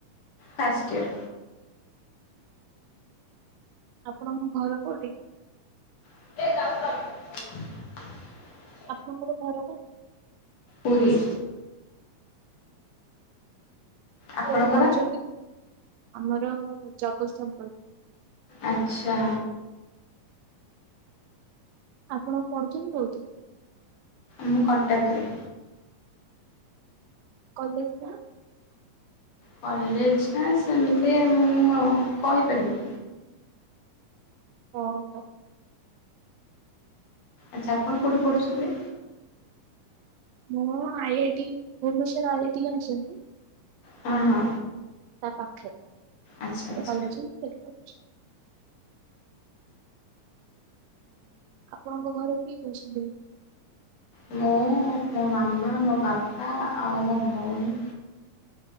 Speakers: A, on the left (about 55°); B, on the right (about 85°).
A: First year.
B: ଆପଣଙ୍କ ଘର କୋଉଠି?
A: <unintelligible>
B: ଆପଣଙ୍କର ଘର କୋଉଠି?
A: ପୁରୀ। ଆପଣଙ୍କର?
B: କୋଉଠି ପଢୁଛନ୍ତି ଆମର ଜଗତସିପୁର।
A: ଆଚ୍ଛା।
B: ଆପଣ ପଢୁଛନ୍ତି କୋଉଠି?
A: ମୁଁ କଟକରେ।
B: କଲେଜ ନା?
A: କଲେଜ ନା ସେମିତି ମୁଁ କହିପାରିବି
B: ଓହୋ।
A: ଆଚ୍ଛା ଆପଣ କେଉଁଠି ପଢୁଛନ୍ତି?
B: ମୁଁ I I T Bhubaneswar I I T ଜାଣିଛନ୍ତି?
A: ହଁ ହଁ।
B: ତା ପାଖରେ ଗୋଟେ
A: ଆଚ୍ଛା ଆଚ୍ଛା।
B: କଲେଜ୍ ଅଛି ସେଇଠି ପଢୁଛି। ଆପଣଙ୍କ ଘରେ କିଏ କିଏ ଅଛନ୍ତି?
A: ମୁଁ ମୋ ମାମା ମୋ ବାପା ଆଉ ମୋ ଭଉଣୀ।